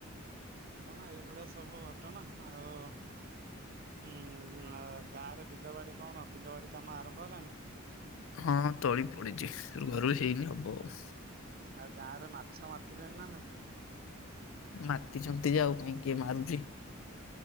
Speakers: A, on the right; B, on the left.
A: କଣ ଏଇ ଭଳିଆ ସବୁ ଘଟଣା ଆଉ ଉୁଁ ଗାଁ ରେ ବିଲବାଡି କଣ ବିଲବାଡି କାମ ଆରମ୍ଭ ହେଲାଣି?
B: ହଁ ତଳି ପଡିଛି ରୁଆ ରୁଇ ହେଇନି ହବ ଆଉ।
A: ଆଉ ଗାଁ ରେ ମାଛ ମାତିଲେେଣି ନା ନାହିଁ?
B: ମାତିଛନ୍ତି ଯେ ଆଉ କାହିଁ କିିଏ ମାରୁଛି?